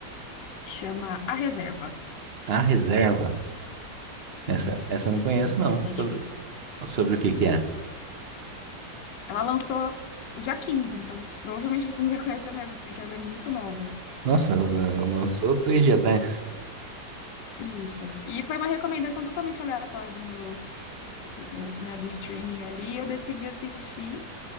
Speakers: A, on the left; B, on the right.
A: Chama A Reserva.
B: A Reserva? Essa,
A: Hum,
B: essa eu não conheço, não.
A: é da Netflix.
B: Sobre, sobre o que que é?
A: Ela lançou dia 15, então provavelmente você não vai conhecer mesmo, assim, que ela é muito nova.
B: Nossa, lançou três dias atrás.
A: Isso. E foi uma recomendação totalmente aleatória do meu, do, do, né, do streaming ali. Eu decidi assistir.